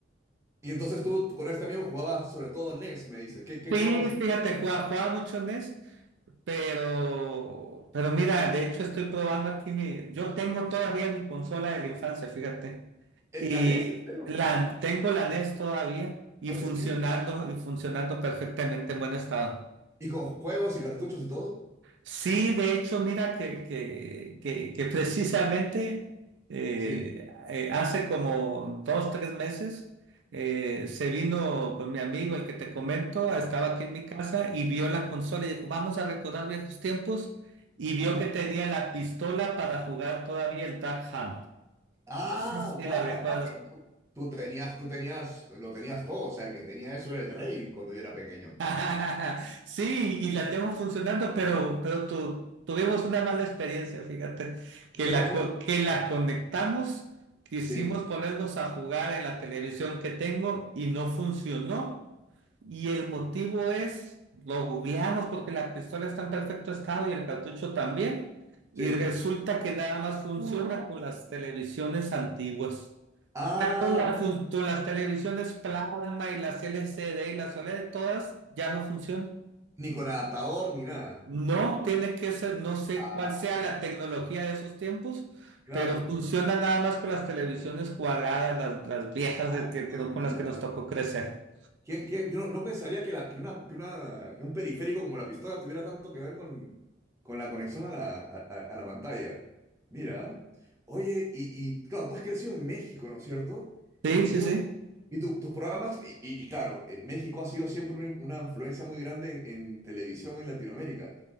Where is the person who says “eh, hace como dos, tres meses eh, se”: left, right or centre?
Right